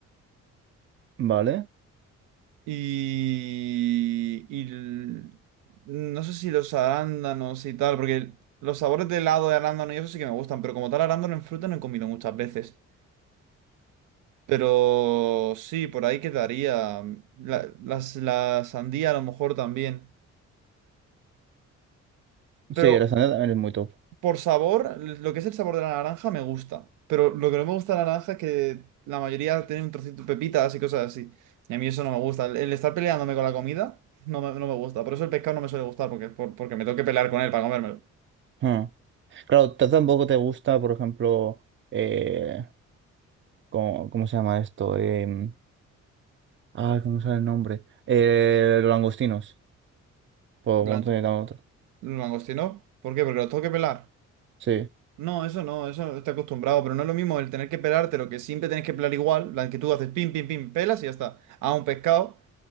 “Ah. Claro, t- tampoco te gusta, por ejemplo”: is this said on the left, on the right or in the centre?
Right